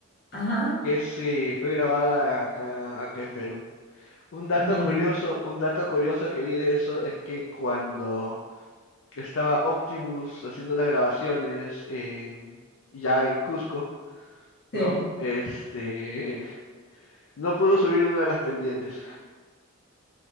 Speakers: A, on the left (about 50°); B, on the left (about 75°).
A: ajá,
B: que es, eh, fue grabada acá, acá en Perú. Un dato
A: mira.
B: curioso, un dato curioso que vi de eso es que cuando estaba Optimus haciendo las grabaciones en, ya en Cusco,
A: Sí.
B: ¿no? Este, <laughs> no pudo subir una de las pendientes.